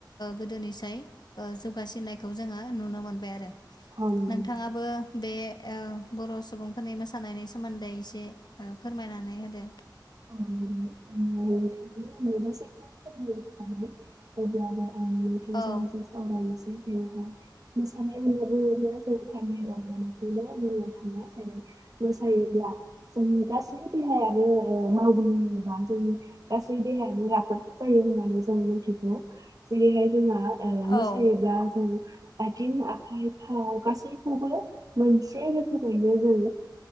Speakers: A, on the left (about 65°); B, on the right (about 50°).
A: गोदोनिसाय ओ जौगासिननायखौ जोङो नुनो मोनबाय आरो
B: औ नंगौ
A: नोंथाङाबो बे ओ बर' सुबुंफोरनि मोसानायनि सोमोन्दै एसे फोरमायनानै होदो
B: औ नोंथांनो मोन गासैखौ फोरमायजोबखानाय अब्लाबो आं बेथोरजों
A: औ
B: एसे सावरानोसै जेरैहाय मोसानाय होनना बुङोब्ला जों खालि रंजानायखौल' बुंनो थाङा जेरै मोसायोब्ला जों गासै देहायानो मावग्लुंङोबा जोंनि गासै देहायानो राफोद जायो होननानै जों मिथिगौ जेरैहाय जोंहा
A: औ
B: मोसायोब्ला जों आथिं आखाइ फाव गासैखौबो मोनसे रोखोमैनो जों